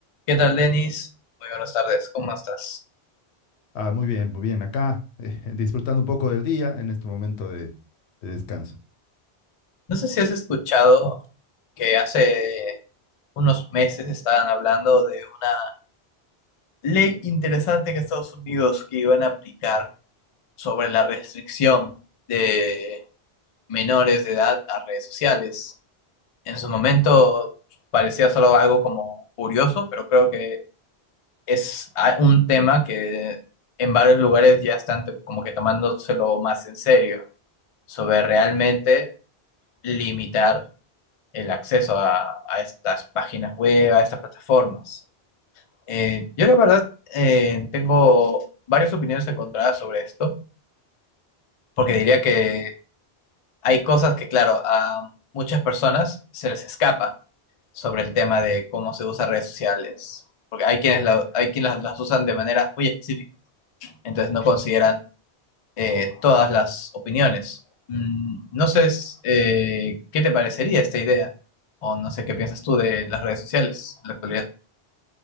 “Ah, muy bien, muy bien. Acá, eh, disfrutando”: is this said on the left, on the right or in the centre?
Left